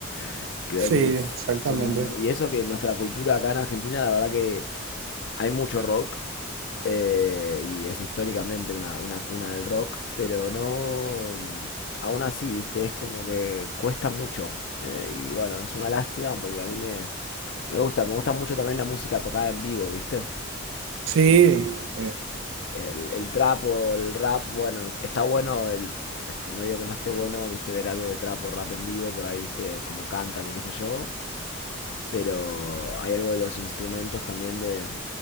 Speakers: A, on the left; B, on the right.
A: <laughs> Creo
B: sí,
A: que es,
B: exactamente.
A: son, y eso que nuestra cultura acá en Argentina, la verdad que hay mucho rock, eh, y es históricamente una, una cuna del rock, pero no, aún así, viste, es como que cuesta mucho. Eh, y bueno, es una lástima porque a mí me, me gusta, me gusta mucho también la música tocada en vivo, viste.
B: Sí,
A: Y
B: eh,
A: eh, el, el trap o el rap, bueno, está bueno, el, no digo que no esté bueno, viste, ver algo de trap o rap en vivo, por ahí, viste, cómo cantan y qué sé yo, pero hay algo de los instrumentos también de,